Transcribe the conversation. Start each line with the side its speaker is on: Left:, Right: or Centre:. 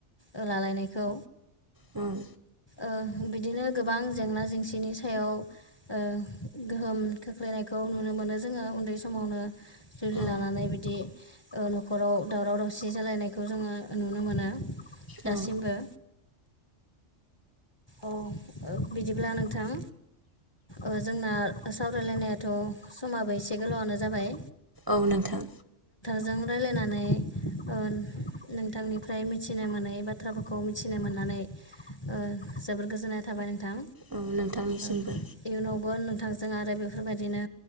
Left: ओ लालायनायखौ।
Right: ओम
Left: ओ बिदिनो गोबां जेंना जेंसिनि सायाव ओ गोहोम खोख्लैनायखौ नुनो मोनो जोङो उन्दै समावनो जुलि
Right: औ
Left: लानानै बिदि ओ न'खराव दावराव दावसि जालायनायखौ जोङो नुनो मोना। दासिमबो
Right: औ
Left: अ ओ बिदिब्ला नोंथां ओ जोंना सावरायलायनायाथ' समाबो एसे गोलावआनो जाबाय
Right: औ नोंथां
Left: जों रायलायनानै ओ नोंथांनिफ्राय मिथिनो मोनै बाथ्राफोरखौ मिथिनो मोननानै ओ जोबोर गोजोननाय थाबाय नोंथां।
Right: औ नोंथांनिसिमबो
Left: ओ इयुनावबो नो थांजों आरो बेफोरबायदिनो